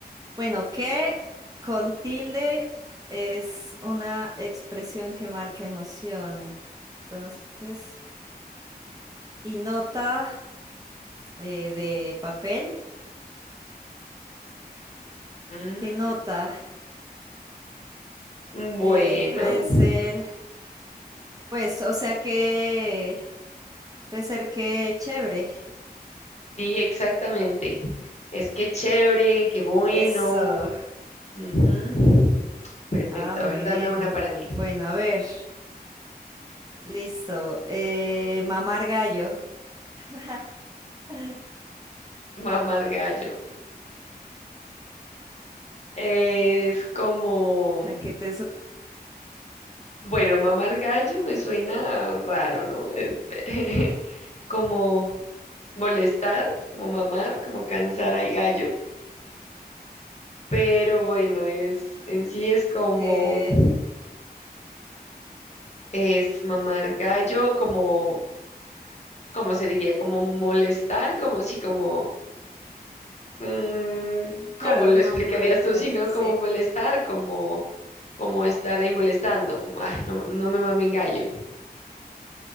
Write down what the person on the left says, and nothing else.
Mm,
bueno.
Sí, exactamente. Es que chévere, qué bueno.
Ujú. Perfecto.
A ver, dame
una para mí.
Mamar gallo. Es como...
Bueno, mamar gallo me suena raro, ¿no? Este, <laughs> como molestar, como mamar, como cansar al gallo. Pero bueno, es, en sí es como,
es mamar gallo, como, como se diría? Como molestar, como sí, como, mm, ¿cómo
lo
explicarías tú?
Si no,
como molestar, como, como estar ahí molestando, como, ah, no, no me mamen gallo,